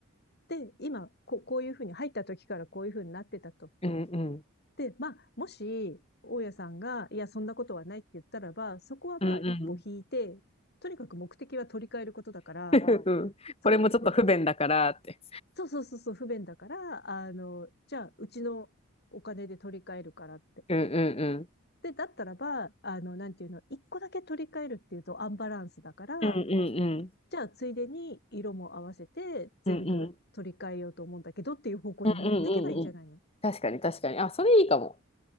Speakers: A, on the left; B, on the left.
A: で、今、こう、こういうふうに入った時からこういうふうになってたと。
B: うんうん。
A: で、まあ、もし、大家さんが、いや、そんなことはないって言ったらば、そこはまあ、
B: うんうん。
A: 一歩引いて、とにかく目的は取り替えることだから、
B: <laughs> うんこれもちょっと不便だからって。
A: そこ一歩そうそうそうそう、不便だから、あの、じゃあ、うちのお金で取り替えるからって。
B: うんうんうん
A: で、だったらば、あの、なんていうの、一個だけ取り替えるっていうとアンバランスだから、
B: うんうんうん。
A: じゃあ、ついでに色も合わせて全部取り替えようと思うんだけどっていう方向に持ってけばいいんじゃないの
B: うんうん。うんうんうんうん。確かに確かに。あ、それいいかも。